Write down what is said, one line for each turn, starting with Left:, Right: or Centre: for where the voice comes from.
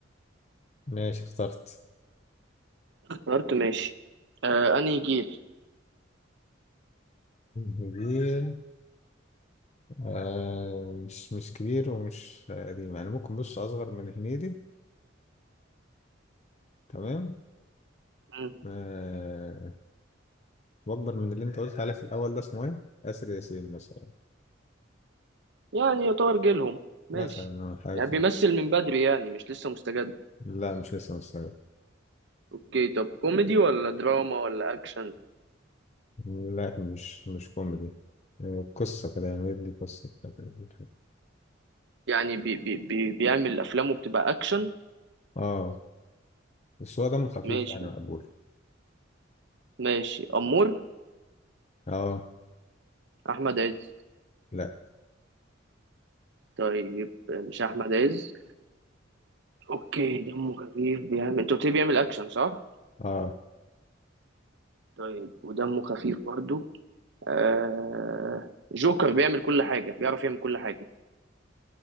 Left: ماشي اخترت
Right: اخترت ماشي آه انهي جيل
Left: كبير آه مش مش كبير ومش قديم يعني ممكن بص اصغر من هنيدي تمام
Right: مم.
Left: آه واكبر من اللي انت قلت عليه في الاول ده اسمه ايه اسر ياسين مثلا
Right: يعني يعتبر جيلهم ماشي
Left: مثلا أو حاجه
Right: يعني
Left: كده
Right: بيمثل من بدري يعني مش لسه مستجد
Left: لا مش لسه مستعد
Right: اوكي طب كوميدي ولا دراما ولا اكشن
Left: لا مش مش كوميدي آه، قصه كده يعني يدي قصه كده كده كده.
Right: يعني بي بي بي بيعمل افلامه بتبقى اكشن
Left: اه بس هو دمه خفيف
Right: ماشي
Left: يعني مقبول
Right: ماشي امور
Left: اه
Right: احمد عز
Left: لا
Right: طيب مش احمد عز اوكي دمه خفيف بيعمل انت قلت لي بيعمل اكشن صح
Left: اه
Right: طيب ودمه خفيف برضو آه... جوكر بيعمل كل حاجة بيعرف يعمل كل حاجة